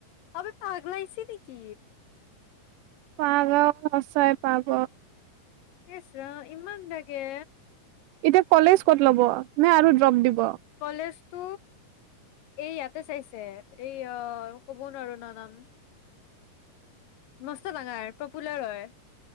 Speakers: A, on the left; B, on the right.
A: আব পাগলাগাইছে নেকি!
B: পাব সঁচাই পাব
A: ইচ্ ৰাম ইমান বেয়াকে
B: এতিয়া কলেজ ক'ত ল'ব নে আৰু ড্ৰপ দিব
A: কলেজ তো এই ইয়াতে চাইছে এই অ ক'ব নোৱাৰো ন নাম। মস্ত ডাঙাৰ পপুলাৰ হয়